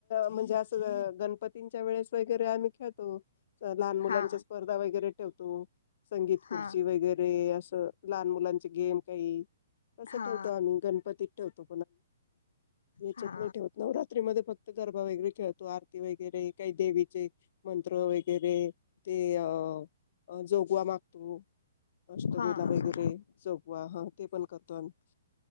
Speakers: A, on the left (about 45°); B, on the left (about 80°).
A: म्हणजे असं गणपतींच्या वेळेस वगैरे आम्ही खेळतो. लहान मुलांच्या
B: हा
A: स्पर्धा वगैरे ठेवतो. संगीत
B: हा
A: खुर्ची वगैरे असं. लहान मुलांची गेम काही. तसं
B: हा
A: ठेवतो आम्ही गणपती ठेवतो. याच्यात
B: हा
A: नाही ठेवत नवरात्रीमध्ये फक्त गरबा वगैरे, खेळतो आरती वगैरे, काही देवीचे मंत्र वगैरे. ते अ. अ जोगवा मागतो. अष्टमीला
B: हा हा
A: वगैरे चोगवा हा ते पण. <unintelligible>